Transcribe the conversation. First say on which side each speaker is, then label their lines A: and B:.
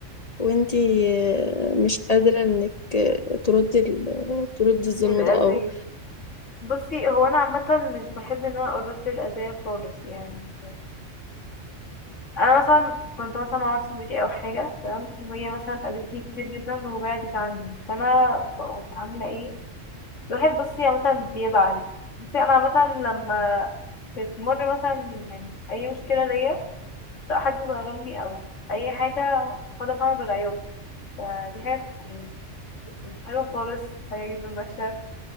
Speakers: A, on the left; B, on the left.
A: وانتي آه، مش قادرة انك آه، تردي ال- تردي الظلم
B: الأذية
A: ده او
B: بصي هو انا عامه مش بحب ان انا ارد الاذيه خالص يعني انا مثلا كنت مثلا مع واحدة صاحبتي او حاجه تمام وهي مثلا اذتني كتير جدا وبعدت عني فانا بقوم عامله ايه الواحد بصي عامه بيزعل بصي انا عامه لما بتمر مثلا يعني اي مشكله ليا سواء حد ظلمني او اي حاجه باخدها فعلا بالعيوب فدي حاجه يعني مش حلوه خالص حاجه جدا وحشه